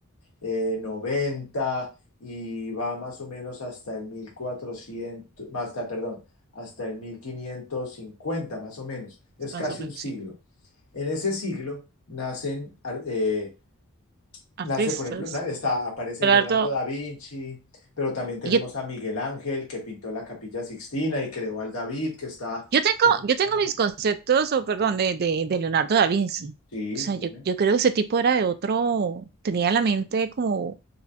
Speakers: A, on the left; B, on the right.
A: noventa y va más o menos hasta el 1400 hasta, perdón, hasta el 1550 más o menos. Es
B: más
A: casi
B: o menos,
A: un siglo.
B: sí.
A: En ese siglo nacen, eh,
B: Artistas.
A: nace, por ejemplo, na- está, aparece
B: Leonardo,
A: Leonardo da Vinci, pero también tenemos
B: yo,
A: a Miguel Ángel, que pintó la Capilla Sixtina y creó al David, que está,
B: yo tengo,
A: que es una
B: yo
A: obra
B: tengo
A: mar-
B: mis conceptos, o perdón,
A: Dime.
B: de, de, de Leonardo da Vinci. O
A: Sí,
B: sea,
A: dime.
B: yo, yo creo que ese tipo era de otro, tenía la mente como